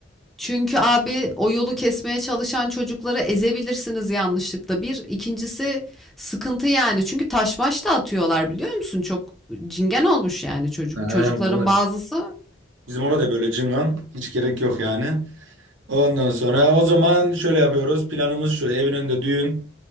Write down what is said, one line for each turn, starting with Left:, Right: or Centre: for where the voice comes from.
Centre: Çünkü abi o yolu kesmeye çalışan çocukları ezebilirsiniz yanlışlıkla. Bir, ikincisi sıkıntı yani. Çünkü taş maş da atıyorlar biliyor musun? Çok cingen olmuş yani çocuk
Right: He,
Centre: çocukların
Right: vallahi.
Centre: bazısı.
Right: Bizim orada böyle cıngan. Hiç gerek yok yani. Ondan sonra o zaman şöyle yapıyoruz. Planımız şu. Evin önünde düğün.